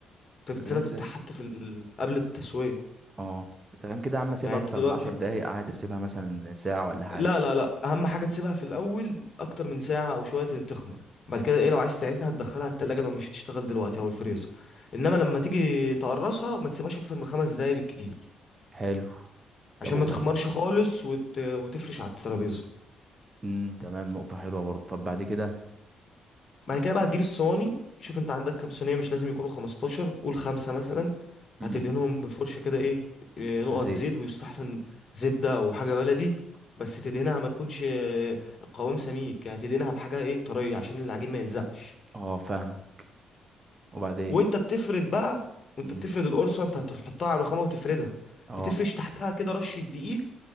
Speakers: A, on the left; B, on the right.
A: انت
B: اذا
A: بتسيبها
B: كان كده
A: ترتاح حتى في ال... قبل التسوية
B: اه اذا كان كده يا عم اسيبها
A: يعني
B: اكتر
A: انت دلوقتي
B: من عشر دقايق قاعد اسيبها مثلا ساعه ولا حاجه
A: لا لا لا اهم حاجة تسيبها في الاول اكتر من ساعة او شوية تخمر بعد كده ايه لو عايز تعينها هتدخلها التلاجة لو مش هتشتغل دلوقتي او الفريزر انما لما تيجي تقرصها ما تسيبهاش اكتر من خمس دقايق بالكتير
B: حلو طب
A: عشان
B: وبعد
A: ما تخمرش
B: كده؟
A: خالص وت... وتفرش على الترابيزه
B: امم تمام نقطه حلوه برضو طب بعد كده
A: بعد كده بقى هتجيب الصواني شوف انت عندك كام صينيه مش لازم يكونوا 15 قول خمسه مثلا
B: امم
A: هتدهنهم بالفرشه كده ايه إيه، نقط
B: زيت
A: زيت ويستحسن زبده او حاجه بلدي بس تدهنها ما تكونش آه، القوام سميك يعني تدهنها بحاجه ايه طريه عشان العجين ما يلزقش
B: اه فاهمك وبعدين
A: وانت بتفرد بقى وانت
B: امم
A: بتفرد القرصه انت هتحطها على الرخامه وتفردها
B: اه
A: بتفرش تحتها كده رشه دقيق